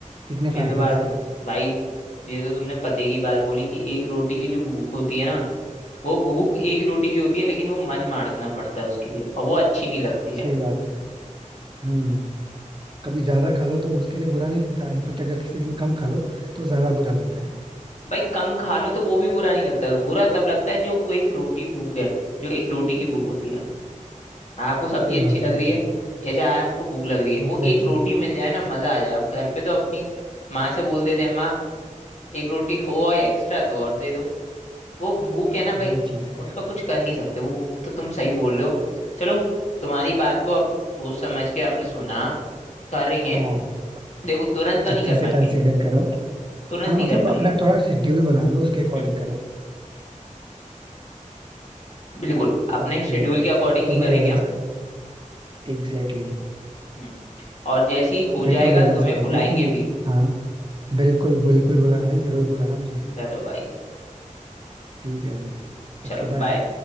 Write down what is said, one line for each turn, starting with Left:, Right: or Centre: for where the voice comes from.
Right: कितने फायदे
Left: ये तो बात
Right: हैं इसके
Left: तो भाई ये तो तुमने पते की बात बोली कि एक रोटी की जो भूख होती है ना वो भूख एक रोटी की होती है लेकिन वो मन मारना पड़ता है उसके लिए और वो अच्छी नहीं लगती है
Right: सही बात है हम्म कभी ज्यादा खा लो तो उसके लिए बुरा नहीं लगता इनफेक्ट अगर किसी दिन कम खा लो तो ज्यादा बुरा लगता है
Left: भाई कम खा लो तो वो भी बुरा नहीं लगता बुरा तब लगता है जो वो एक रोटी भूख है जो एक रोटी की
Right: अच्छा
Left: भूख होती है हाँ, आपको सब्जी
Right: सही
Left: अच्छी
Right: बात
Left: लग
Right: है
Left: रही
Right: भाई
Left: है या चाहे आपको भूख लग रही है
Right: Exactly
Left: वो एक रोटी
Right: exactly.
Left: मिल जाए ना मजा आ जाए अब घर पे तो अपनी माँ से बोल देते हैं माँ एक रोटी हो और एक्स्ट्रा तो और दे दो वो भूख है ना भाई
Right: वही चीज है
Left: उसका कुछ कर नहीं सकते वो भूख तो तुम सही बोल रहे हो चलो तुम्हारी बात को अब सोच समझ के हमने सुना करेंगे
Right: हाँ
Left: देखो तुरंत तो
Right: अच्छे
Left: नहीं कर
Right: से
Left: पाएंगे
Right: कंसीडर करो
Left: तुरंत
Right: हाँ
Left: नहीं
Right: मतलब
Left: कर पाएंगे
Right: अपना थोड़ा शेड्यूल बना लो उसके अकॉर्डिंग
Left: हम्म,
Right: करो
Left: बिल्कुल अपने
Right: और
Left: शेड्यूल
Right: फिर
Left: के अकॉर्डिंग
Right: तुम
Left: ही
Right: रियलाइज
Left: करेंगे हम
Right: कर एग्जैक्टली exactly.
Left: हम्म, और जैसे ही हो
Right: फिर
Left: जाएगा
Right: तुम रियलाइज
Left: तुम्हें
Right: करोगे
Left: बुलाएंगे
Right: कि
Left: भी
Right: हाँ बिल्कुल बिल्कुल बुलाना भाई जरूर बुलाना मुझे
Left: चलो भाई
Right: ठीक है भाई
Left: चलो
Right: Okay
Left: बाय
Right: bye